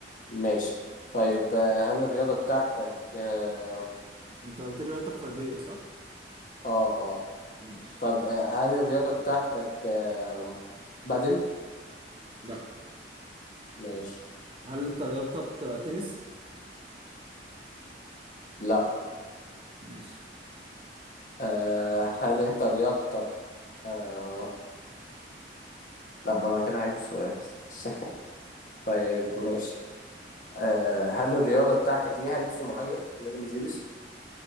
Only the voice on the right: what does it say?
انت قلت لي رياضتك فردية صح؟
ماشي
لا
هل انت رياضتك آه، تنس؟
ماشي